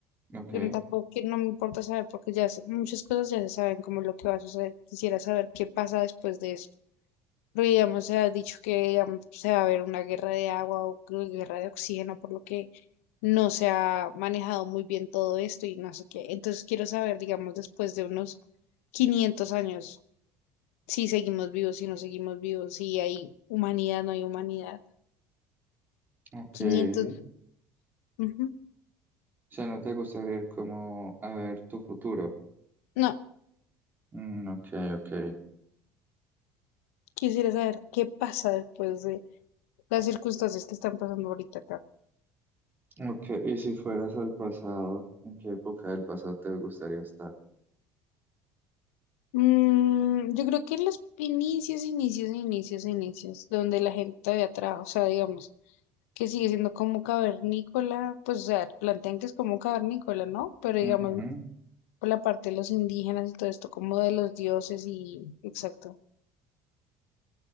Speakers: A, on the right; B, on the left.
A: Ok,
B: Bueno, tampoco que no me importa saber porque ya se- muchas cosas ya se saben como lo que va a suceder. Quisiera saber qué pasa después de esto. Porque digamos, se ha dicho que digamos, se va a haber una guerra de agua o que- guerra de oxígeno, por lo que no se ha manejado muy bien todo esto y no sé qué. Entonces quiero saber, digamos, después de unos 500 años, si seguimos vivos, si no seguimos vivos, si hay humanidad, no hay humanidad.
A: ok.
B: quinientos ujú.
A: O sea, ¿no te gustaría ir como a ver tu futuro?
B: No,
A: Mm, ok, ok.
B: Quisiera saber qué pasa después de las circunstancias que están pasando ahorita acá.
A: Ok, ¿y si fueras al pasado, en qué época del pasado te gustaría estar?
B: Mm, yo creo que en los inicios, inicios, inicios, inicios, donde la gente de atrás, o sea, digamos, que sigue siendo como cavernícola, pues, o sea, plantean que es como cavernícola, ¿no? Pero digamos,
A: Ujú.
B: por la parte de los indígenas y todo esto, como de los dioses y, exacto.